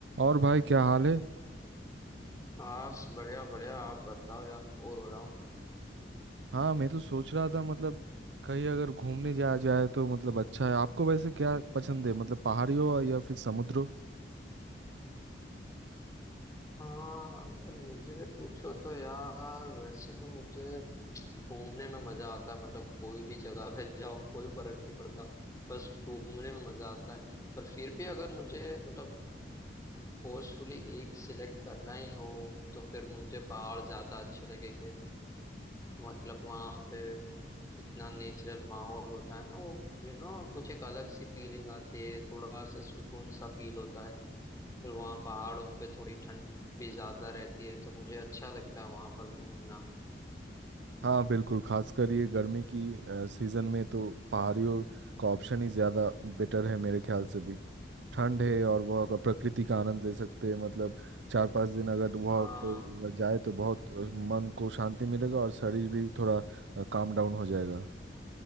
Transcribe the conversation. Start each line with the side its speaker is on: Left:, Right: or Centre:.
Right: और भाई क्या हाल है
Left: बस बढ़िया बढ़िया आप बताओ यार बोर हो रहा हूँ मैं
Right: हाँ मैं तो सोच रहा था मतलब कहीं अगर घूमने जाया जाए तो मतलब अच्छा है आपको वैसे क्या पसंद है मतलब पहाड़ी हो या फिर समुद्र हो
Left: हाँ अगर मुझे पूछो तो यार वैसे तो मुझे घूमने में मजा आता है मतलब कोई भी जगह पे जाओ कोई फर्क नहीं पड़ता बस घूमने में मजा आता है पर फिर भी अगर मुझे मतलब फोर्सफुली एक सिलेक्ट करना ही हो तो फिर मुझे पहाड़ ज्यादा अच्छे लगेंगे मतलब वहां पे इतना नेचुरल माहौल होता है ना वो यू you नो know, कुछ एक अलग सी फीलिंग आती है थोड़ा सा सुकून सा फील होता है फिर वहाँ पहाड़ों पे थोड़ी ठंड भी ज्यादा रहती है तो मुझे अच्छा लगता है वहां पर घूमना
Right: हाँ बिल्कुल खासकर ये गर्मी की सीजन में तो पहाड़ियों का ऑप्शन ही ज़्यादा बेटर है मेरे ख्याल से भी ठंड है और वह का प्रकृति का आनंद ले सकते हैं मतलब चार पांच दिन अगर वह
Left: हाँ
Right: पे जाए तो बहुत अ, मन को शांति मिलेगा और शरीर भी थोड़ा काम डाउन हो जाएगा